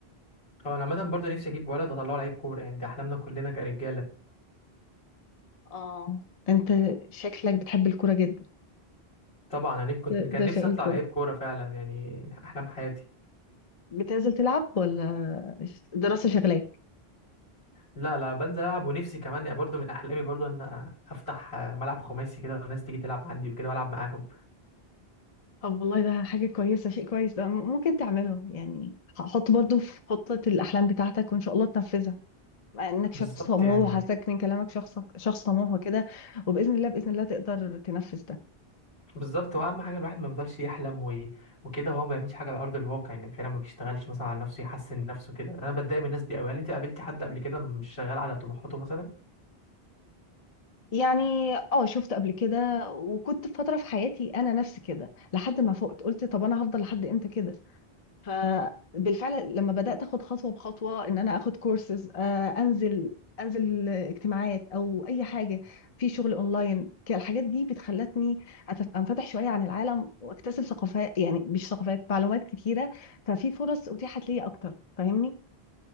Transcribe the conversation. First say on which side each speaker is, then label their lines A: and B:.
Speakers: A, on the left; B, on the left.
A: هو انا عامه برضه نفسي اجيب ولد واطلعه لعيب كوره يعني دي احلامنا كلنا كرجاله
B: اه انت شكلك بتحب الكوره جدا
A: طبعا انا كنت
B: ده
A: كان
B: ده
A: نفسي
B: شغل
A: اطلع
B: الكوره
A: لعيب كوره فعلا يعني احلام حياتي
B: بتنزل تلعب ولا دراسه شغلاك
A: لا لا بنزل العب ونفسي كمان يعني برضو من احلامي برضو ان افتح ملعب خماسي كده وناس تيجي تلعب عندي وكده والعب معاهم
B: طب والله ده حاجة كويسة شيء كويس ده م- ممكن تعمله يعني حط برضو في خطة الأحلام بتاعتك وإن شاء الله تنفذها مع إنك شخص
A: بالظبط
B: طموح
A: يعني
B: وحاسك من كلامك شخص شخص طموح وكده وبإذن الله بإذن الله تقدر تنفذ ده
A: بالظبط هو اهم حاجه الواحد ما يفضلش يحلم و... وكده وهو ما بيعملش حاجه على ارض الواقع يعني فعلا ما بيشتغلش مثلا على نفسه يحسن نفسه كده انا بتضايق من الناس دي قوي هل انت قابلتي حد قبل كده مش شغال على طموحاته مثلا
B: يعني اه شفت قبل كده وكنت في فترة في حياتي أنا نفسي كده لحد ما فقت قلت طب أنا هفضل لحد إمتى كده فبالفعل لما بدأت اخد خطوة بخطوة ان انا اخد كورسز انزل انزل اجتماعات او اي حاجة في شغل اونلاين ك- الحاجات دي بتخلتني أتف- انفتح شوية عن العالم واكتسب ثقافات يعني مش ثقافات معلومات كتيرة ففي فرص اتيحت لي اكتر فاهمني